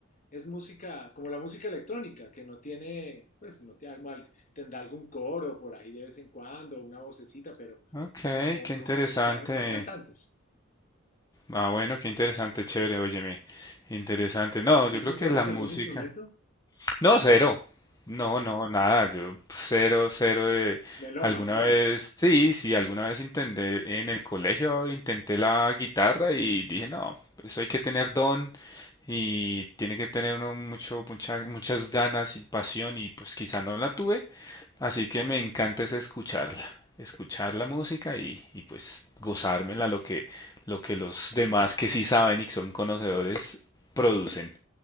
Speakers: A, on the left; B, on the left.
A: es música, como la música electrónica, que no tiene, pues, no tiene, algo- tendrá algún coro por ahí de vez en cuando, una vocecita, pero
B: Ok,
A: no,
B: qué interesante.
A: no, no está, no hay cantantes.
B: Ah, bueno, qué interesante, chévere, óyeme. Interesante.
A: Sí.
B: No,
A: ¿Y
B: yo creo
A: tú
B: que
A: tocas
B: la música.
A: algún instrumento?
B: No, cero. No, no, nada. Yo cero, cero de...
A: Melómano.
B: Alguna vez, sí, sí, alguna vez intenté en el colegio, intenté la guitarra y dije, no, eso hay que tener don y tiene que tener uno mucho, mucha- muchas ganas y pasión y pues quizá no la tuve. Así que me encanta es escucharla, escuchar la música y, y pues gozármela lo que, lo que los demás que sí saben y que son conocedores producen.